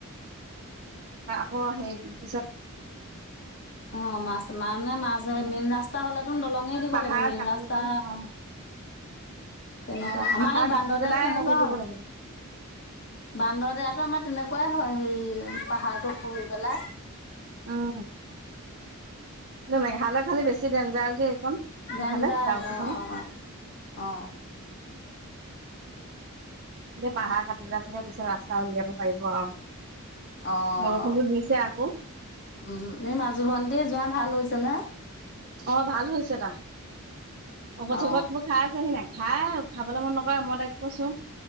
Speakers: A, on the right; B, on the left.
A: ক, সেইবি
B: অ', মাছ মা না মাছ
A: উম
B: মিনৰা তাহ'লেত নতুন দলঙে দিব
A: পাহাৰ
B: লাগিব মেইন
A: কাটি
B: ৰাস্তা।
A: পেলাই অ
B: তেনেকুৱা
A: অ
B: আমাৰ
A: পাহাৰ
B: এই বান্দৰদেয়াটো
A: কাটি পেলাই
B: তেনেকুৱা
A: হেৰি
B: হয়।
A: কৰিব লাগিব
B: বান্দৰদেয়াটো আমাৰ তেনেকুৱাই হয়। সেই পাহাৰটো খহি পেলাই
A: উম। ন' মেঘালয় খালি বেছি ডেঞ্জাৰ যে এইকণ সেইফালে
B: ডেঞ্জাৰ
A: ডাউকি
B: <inaudible> অ'
A: ফালে
B: অ' অ'।
A: এতিয়া পাহাৰ কাটিপেলাই চাগে পিছত ৰাস্তা উলিয়াব পাৰিব আৰু।
B: অ',
A: বৰষুণতো দিছে আকৌ
B: উম, এই মাজু ভন্টি জোৱাই ভাল হৈছে নে?
A: অ', ভাল হৈছে তাৰ। ঔষধ,
B: অ
A: চৌষধ বোৰ খাই আছেহি নাই? খাই, খাবলৈ মন নকৰে মই তাইক কৈছোঁ